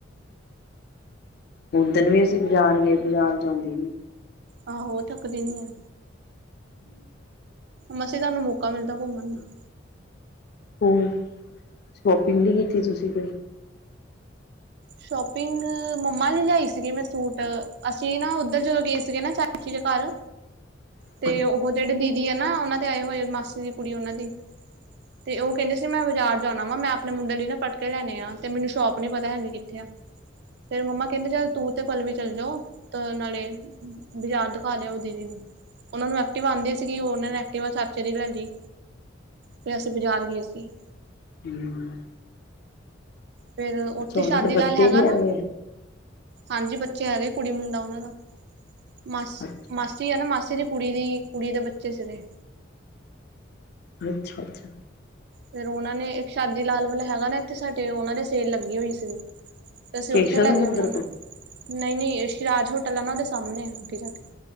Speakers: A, on the left; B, on the right.
A: ਓਦਣ ਵੀ ਅਸੀਂ ਬਾਜ਼ਾਰ ਗਏ, ਬਾਜ਼ਾਰ ਜਾਂਦੀ ਨੀ।
B: ਆਹੋ, ਉਹ ਥੱਕਦੀ ਨੀ ਆ।
A: ਹੂ <inaudible>
B: ਮਸੇ ਤਾ ਮੌਕਾ ਮਿਲਦਾ ਘੁੰਮਣ ਨਾਲ
A: ਹੋ ਸ਼ੋਪਿੰਗ ਨਹੀ ਕੀਤੀ ਤੁਸੀ ਕੋਈ।
B: ਸ਼ੋਪਿੰਗ ਮੰਮਾ ਲਈ ਲਿਆਈ ਸੀਗੀ ਮੈ ਸੂਟ ਅਸੀ ਨਾ ਉਧਰ ਜਦੋਂ ਗਏ ਸੀਗੇ ਨਾ। ਅਖੀ ਦੇ ਘਰ।
A: ਹ <inaudible>
B: ਤੇ ਉਹ ਜਿਹੜੇ ਦੀਦੀ ਆ ਨਾ ਉਹਨਾਂ ਦੇ ਆਏ ਹੋਏ ਮਾਸੀ ਦੀ ਕੁੜੀ ਉਹਨਾਂ ਦੀ। ਤੇ ਉਹ ਕਹਿਦੇ ਸੀ ਮੈ ਬਾਜ਼ਾਰ ਜਾਣਾ ਵਾ ਮੈ ਆਪਣੇ ਮੁੰਡੇ ਲਈ ਨਾ ਪਟਕੇ ਲੈਣੇ ਆ ਤੇ ਮੈਨੂੰ ਸ਼ੋਪ ਨੀ ਪਤਾ ਹੈਗੀ। ਫਿਰ ਮੰਮਾ ਕਹਿੰਦੇ ਚੱਲ ਤੂੰ ਤੇ ਪਲਵੀ ਚੱਲ ਜਾਓ। ਤੇ ਨਾਲੇ ਬਾਜ਼ਾਰ ਦਿਖਾ ਲਿਆਓ ਦੀਦੀ ਨੂੰ। ਉਹਨਾਂ ਨੂੰ ਐਕਟਿਵ ਆਉਂਦੀ ਸੀਗੀ। ਉਹਨਾਂ ਨੇ ਐਕਟਿਵਾ ਚਾਚੇ ਦੀ ਲੈ ਲਈ। ਫਿਰ ਅਸੀਂ ਬਾਜ਼ਾਰ ਗਏ ਸੀ।
A: ਹੂੰ- ਹੂੰ -ਹੂੰ।
B: ਫੇਰ ਉਥੇ
A: ਉਹਨਾਂ
B: ਸ਼ਾਦੀ
A: ਦੇ ਬੱਚੇ
B: ਲਾਲ ਹੈਗਾ
A: ਵੀ
B: ਨਾ।
A: ਹੈਗੇ
B: ਹਾਂਜੀ। ਬੱਚੇ ਹੈਗੇ। ਕੁੜੀ- ਮੁੰਡਾ ਉਹਨਾਂ ਦਾ ਮਾਸੀ-
A: ਆ ਅੱਛਾ
B: ਮਾਸੀ ਹ ਨਾ ਮਾਸੀ ਦੀ ਕੁੜੀ ਦੀ ਕੁੜੀ ਦੇ ਬੱਚੇ ਸੀ ਨੇ।
A: ਅੱਛਾ- ਅੱਛਾ।
B: ਫਿਰ ਉਹਨਾਂ ਨੇ ਇਕ ਸ਼ਾਦੀ ਲਾਲ ਵੱਲ ਹੈਗਾ ਨਾ। ਇਥੇ ਸਾਡੇ ਉਹਨਾਂ ਦੇ ਸੇਰ ਲੱਗੀ ਹੋਈ ਸੀਗੀ। ਤੇ ਅਸੀ
A: ਕੇਸ਼ਵ
B: ਉਥੇ ਲੈ
A: ਦੇ
B: ਗ
A: ਮੰਦਿਰ
B: ਉਹਨਾਂ ਨੂੰ।
A: ਕੋਲ
B: ਨਹੀ- ਨਹੀ ਸ਼ਿਰਾਜ ਹੋਟਲ ਆ ਉਹ ਦੇ ਸਾਹਮਣੇ ਆ। ਅੱਗੇ ਜਾ ਕੇ